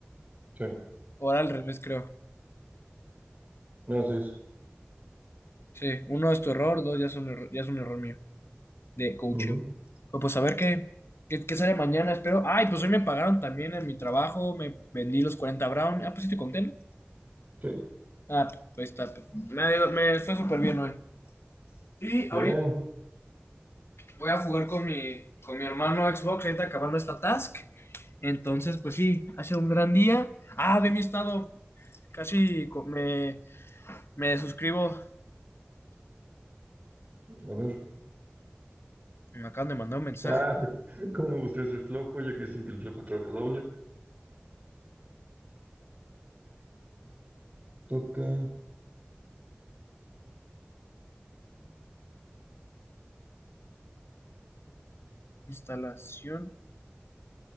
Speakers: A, on the right; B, on the left.
A: Sí,
B: Ahora al revés, creo.
A: no, así es.
B: Sí, uno es tu error, dos ya es un error, ya es un error mío de coaching.
A: Ujú,
B: Pues, pues a ver qué, qué, qué sale mañana, espero. Ay, pues hoy me pagaron también en mi trabajo, me vendí los 40 Brown. Ah, pues sí te conté, ¿no?
A: Sí,
B: Ah, pues ahí está. pues, me, ha ido- me fue súper bien hoy. Y ahorita
A: bien,
B: voy a jugar con mi, con mi hermano Xbox, ahorita acabando esta task. Entonces, pues sí, ha sido un gran día. Ah, ve mi estado. Casi co- me, me suscribo.
A: a ver.
B: Me acaban de mandar un mensaje.
A: Ah, <laughs> ¿cómo me gustaría ser flojo? Ya que dicen que el flojo trabaja doble. Toca.
B: Instalación.